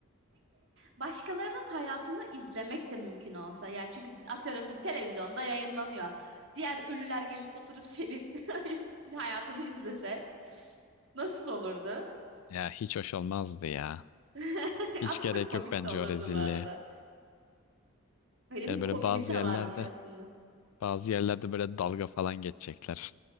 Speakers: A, on the right (about 60°); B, on the left (about 85°).
A: Başkalarının hayatını izlemek de mümkün olsa. Yani çünkü atıyorum bir televizyonda yayınlanıyor. Diğer ölüler gelip oturup senin <laughs> hayatını izlese nasıl olurdu?
B: ya hiç hoş olmazdı ya.
A: <laughs>
B: Hiç
A: Aslında
B: gerek
A: komik
B: yok bence
A: de olurdu
B: o rezilliğe.
A: bu arada. Böyle
B: Yani
A: bir komünite
B: böyle bazı yerlerde
A: varmış aslında.
B: bazı yerlerde böyle dalga falan geçecekler.